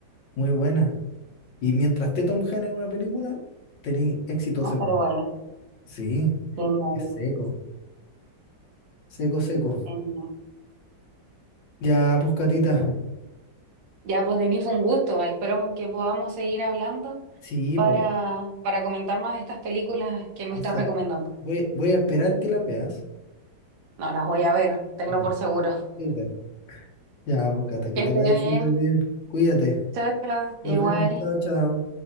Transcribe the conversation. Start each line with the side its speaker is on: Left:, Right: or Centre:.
Left: muy buenas. Y mientras esté Tom Hanks en una película, tenéis éxito
Right: No,
Left: seguro.
Right: pero bueno,
Left: Sí,
Right: genial,
Left: es seco, seco, seco.
Right: genial.
Left: Ya, pues, Catita.
Right: Ya, pues Denis, fue un gusto. Ah, Esperamos que podamos seguir hablando
Left: Sí,
Right: para,
Left: pues,
Right: para comentar más de estas películas que me
Left: exacto.
Right: estás recomendando.
Left: Voy, voy a esperar que las veas.
Right: No las voy a ver, tenlo
Left: Ya.
Right: por seguro.
Left: Súper. Ya, pues Cata, que
Right: Que
Left: te
Right: esté
Left: vaya
Right: bien.
Left: súper bien. Cuídate.
Right: Chao, chao.
Left: Nos
Right: Igual.
Left: vemos. Chao, chao.